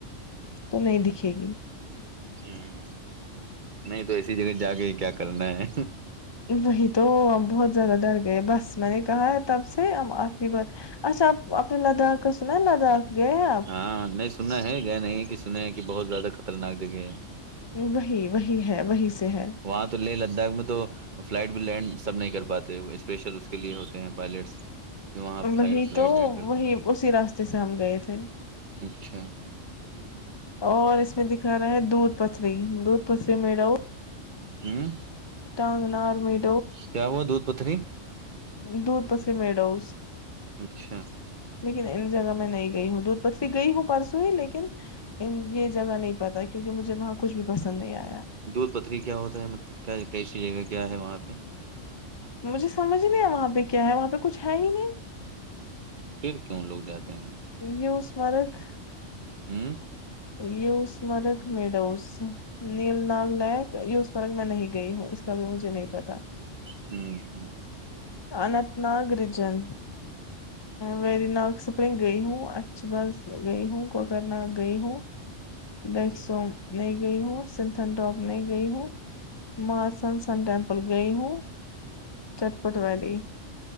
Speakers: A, on the left; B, on the right.
A: تو نہیں دکھے گی
B: ہوں نہیں تو ایسی جگہ جا کے کیا کرنا ہے
A: وہی تو ہم بہت زیادہ ڈر گئے بس میں نے کہا ہے تب سے ہم آخری بار اچا اپنے لداخ اسوں نا لداخ گئے ہیں آپ
B: ہاں نہیں سننا ہے گیا نہیں کہ سنے ہیں کہ بہت زیادہ خطرناک جگہ ہے
A: وہی وہی ہے وہی سے ہے
B: وہاں تو لے لداخ میں تو فلائٹ بھی لینڈ سب نہیں کر پاتے اسپیشل اس کے لیے ہوتے ہیں پائلٹس جو وہاں
A: وہی
B: فلائٹ
A: تو
B: لینڈ کرتے
A: وہی
B: ہیں
A: اسی راستے سے ہم گئے تھے
B: اچھا
A: اور اس میں دکھا رہا ہے دودھ پتری دودھ پتری م ڈاوں
B: ھمم
A: ڈٹانگنا اورمییر
B: کیا ہوا دودھ پتھری
A: دودور پس مڈوس
B: اچھا
A: لیکن ان جگہ میں نہیں گئی ہوں دودھ پتری گئی ہوں پرسوں ہی لیکن ان یہ جگہ نہیں پتا کیونکہ مجھے وہاں کچھ بھی پسند نہیں آیا
B: دودھ پتھری کیا ہوتا ہے مطلب کیا کیسی جگہ کیا ہے وہاں پہ
A: مجھے سمجھ نہیں آیا وہاں پہ کیا ہے وہاں پہ کچھ ہے ہی نہیں
B: پھر کیوں لوگ جاتے ہیں
A: یوس مرگ <unintelligible>
B: ھمم
A: یہ اسمرک م ڈاو <unintelligible> نیل نال لیک یس مرگ میں نہیں گئی ہوں اس کا بھی مجھے نہیں پتا
B: ھمم ھممم
A: اننت ناگ رجن وری نگ سپلنگ گئی ہوں اچھ بس گئی ہوں کوکر ناگ گئی ہوں ڈیک سوم نہیں گئی ہو سنتھن ٹاپ نہیں گئی ہو میں سن سن ٹیمپل گئی ہوں چٹپٹ ویلی